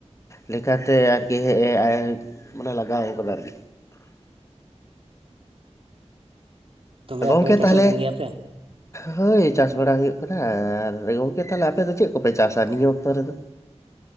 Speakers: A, on the left (about 25°); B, on the right (about 50°).
A: ᱞᱮᱠᱟᱛᱮ ᱟᱨᱠᱤ ᱦᱮᱼᱮ ᱢᱟᱱᱮ ᱞᱟᱜᱟᱣ ᱟᱠᱟᱫᱟ ᱟᱨᱠᱤ
B: ᱛᱚᱵᱮ
A: ᱜᱚᱢᱠᱮ
B: ᱟᱯᱮ ᱪᱟᱥᱚᱜ
A: ᱛᱟᱦᱚᱞᱮ
B: ᱠᱟᱱ ᱜᱮᱭᱟ ᱯᱮ
A: ᱦᱳᱭ ᱪᱟᱥ ᱵᱟᱲᱟ ᱦᱩᱭᱩᱜ ᱠᱟᱱᱟ ᱟᱨ ᱜᱚᱝᱠᱮ ᱛᱟᱦᱚᱞᱮ ᱟᱯᱮ ᱫᱚ ᱪᱮᱫ ᱠᱚᱯᱮ ᱪᱟᱥᱟ ᱱᱤᱭᱟᱹ ᱚᱠᱛᱚ ᱨᱮᱫᱚ?